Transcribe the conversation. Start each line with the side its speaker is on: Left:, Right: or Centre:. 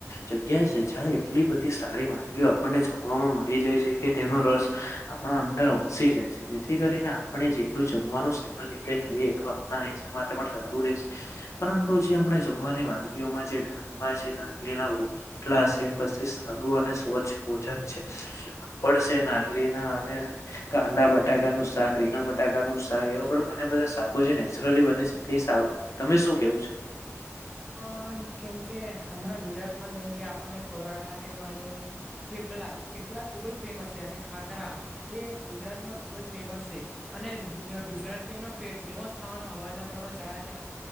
Left: જગ્યા છે જ્યાં એટલી બધી સારી વાનગીઓ આપણને જાણવાવામાં મળી જાય છે કે તેનો રસ આપણો અંદર અસીી જાય છે. જેથી કરીને આપણે જેટલું જમવાનું સરળ રીતે ખાઈએ એટલુ આપણા હેલ્થ માટે પણ સાર રહેશે પરંતુ જે હમણાં જમવાની વાનગીઓમાં જે ડાંગમાં છે નાગલી ના રોટલા છે પછી સાદું અને સ્વચ્છ ભોજન છે પડશે નાગલી ના અને કાંદા બટાકા નું શાક રીંગણ બટાકાનું શાક એવા પણ ઘણા બધા શાકો છે ને નેચરલી બને છે તે સારું તમે શું કેવુ છો
Centre: હ કેમ કે હમણાં ગુજરાતમાં જેમ કે આપણને પરાઠા થી માંડી ને થેપલા થેપલા ખુબ જ ફેમસ છે અને ખાખરા એ ગુજરાતમાં ખુબ જ ફેમસ છે. અને ગુજરાતીઓ નો ફેમસ ખાવાનો હવારના પોર માં ચા હાથે